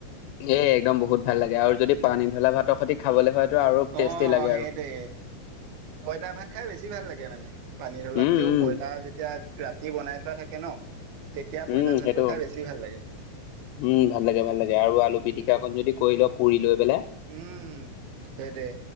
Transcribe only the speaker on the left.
এ একদম বহুত ভাল লাগে আৰু যদি পানী ঢলা ভাতৰ সৈতি খাবলৈ হয়তো আৰু টেষ্টি
লাগে
আৰু
উম উম
উম
সেইটো
উম, ভাল লাগে, ভাল লাগে আৰু আলু পিটিকা অকণ যদি কৰি ল পুৰি লৈ পেলাই